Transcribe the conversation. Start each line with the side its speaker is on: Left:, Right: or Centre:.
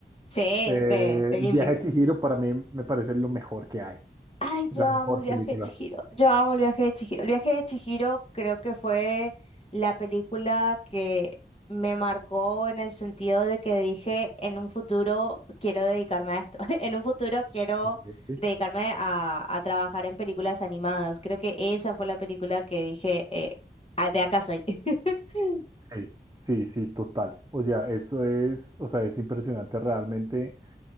Left: sí,
Right: Eh,
Left: de, de
Right: El
Left: Ghibli.
Right: viaje de Chihiro para mí me parece lo mejor que hay,
Left: Ay,
Right: la
Left: yo amo
Right: mejor
Left: el viaje
Right: película.
Left: de Chihiro. Yo amo el viaje de Chihiro. El viaje de Chihiro creo que fue la película que me marcó en el sentido de que dije, en un futuro quiero dedicarme a esto. <laughs> En un futuro quiero
Right: Ok.
Left: dedicarme a, a trabajar en películas animadas. Creo que esa fue la película que dije, eh, "Ah, de acá soy. <laughs>
Right: Sí, sí, sí, total. O sea, eso es, o sea, es impresionante realmente